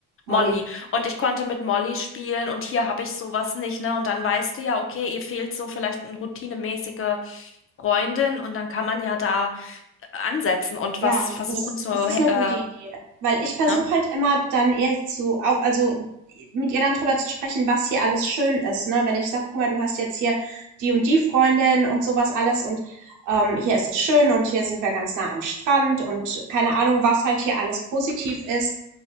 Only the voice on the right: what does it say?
Molly.
Ja,
das
das ist 'ne
gute Idee, weil ich versuche
halt immer dann eher zu au also, mit ihr dann drüber zu sprechen, was hier alles schön ist, ne? Wenn ich sage: „Guck mal, du hast jetzt hier die und die Freundin und sowas alles und, ähm, hier ist es schön und hier sind wir ganz nah am Strand“ und keine Ahnung, was halt hier alles positiv ist.